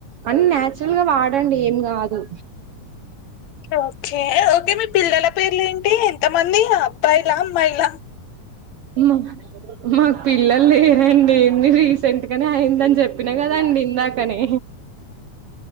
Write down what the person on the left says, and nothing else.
ఓకే ఓకే మీ పిల్లల పేర్లు ఏంటి మంది అబ్బాయిలా అమ్మాయిల